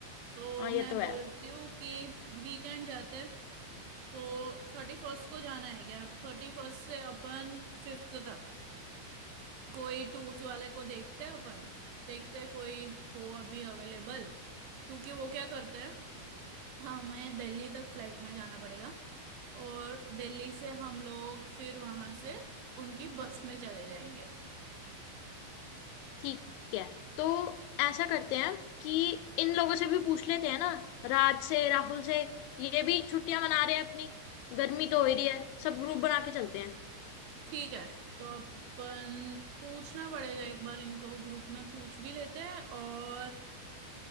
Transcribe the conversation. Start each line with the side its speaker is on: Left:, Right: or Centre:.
Right: तो
Left: हाँ ये
Right: मैं
Left: तो है
Right: बोलती हूँ कि वीकेंड जाते हैं तो थर्टी फर्स्ट को जाना है क्या थर्टी फर्स्ट से अपन फिफ्थ तक कोई टूर्स वाले को देखते हैं अपन देखते हैं कोई हो अभी अवेलेबल क्योंकि वो क्या करते हैं हमें दिल्ली तक फ्लाइट में जाना पड़ेगा और दिल्ली से हम लोग फिर वहां से उनकी बस में चले जाएंगे
Left: ठीक है तो ऐसा करते हैं कि इन लोगों से भी पूछ लेते हैं ना राज से राहुल से ये भी छुट्टियां मना रहे हैं अपनी गर्मी तो हो ही रही है सब ग्रुप बना के चलते हैं
Right: ठीक है तो अपन पूछना पड़ेगा एक बार इनको ग्रुप में पूछ भी लेते हैं और